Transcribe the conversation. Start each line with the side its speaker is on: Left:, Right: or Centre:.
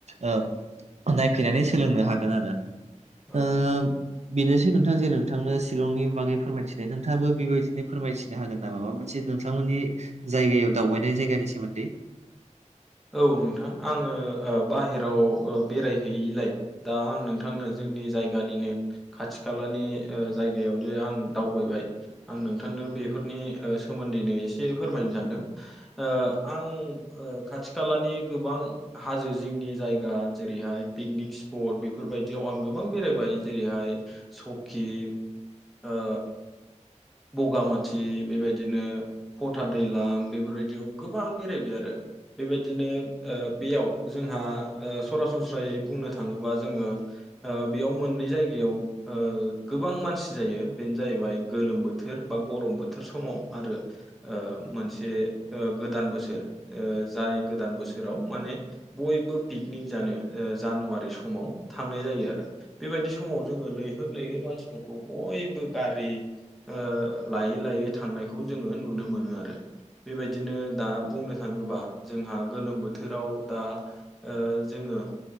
Right: ओ नायफैनानै सोलोंनो हागोन आरो।
Centre: औ
Right: ओ
Centre: नोंथां
Right: बेनोसै नोंथां जे नोंथांनो शिलंनि बागै फोरमायथिनाय। नोंथाङाबो बेबायदिनो फोरमायथि नो हागोन नाम मा मोनसे नोंथांमोननि जायगायाव दावबायनाय जायगानि सोमोन्दै?
Centre: औ नोंथां। आङो बाहेराव बेरायहैयिलाय दा आं नोंथांनो जोंनि जायगानिनो खाथि खालानि ओ जायगायावनोे आं दावबायबाय। आं नोंथांनो बेफोरनि ओ सोमोन्दैनो एसे फोरमायनो सानदों। ओ आं ओ खाथि खालानि गोबां हाजो जिंनि जायगा जेरैहाय पिकनिक स्पर्ट बेफोरबायदियाव आं गोबां बेरायबाय जेरैहाय सकि ओ बगामाथि बेबायदिनो फथा दैलाम बेफोरबायदियाव गोबां बेरायबाय आरो। बेबायदिनो ओ बेयाव जोंहा ओ सरासनस्रायै बुंनो थाङोबा जोङो ओ बेयाव मोननै जायगायाव ओ गोबां मानसि जायो बेनो जाहैबाय गोलोम बो थोर बा गरम बोथोर समाव आरो। ओ मोनसे गोदान बोसोर ओ जाय गोदान बोसोराव माने बयबो पिकनिक जानो ओ जानुवारि समाव थांनाय जायो आरो। बेबायदि समाव जोङो लैहोर लैहोर मानसिफोरखौ बयबो गारि ओ लायै लायै थांनायखौ जोङो नुनो मोनो आरो। बेबायदिनो दा बुंनो थाङोबा जोंहा गोलोम बोथोराव दा ओ जोङो